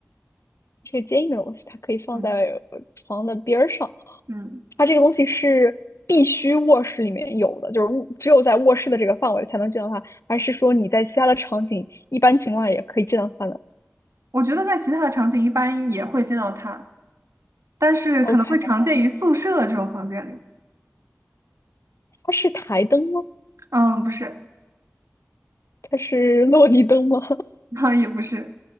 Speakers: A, on the left; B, on the right.
A: 是个坚硬的东西，它可以放在呃床的边儿上。
B: 嗯嗯。
A: 它这个东西是必须卧室里面有的，就是卧只有在卧室的这个范围才能见到它，还是说你在其他的场景一般情况下也可以见到它呢
B: 我觉得在其他的场景一般也会见到它，但是可能会常见于宿舍的这种房间里。
A: ？OK，它是台灯吗？
B: 嗯，不是，
A: 它是落地灯吗？
B: <laughs> 哈，也不是，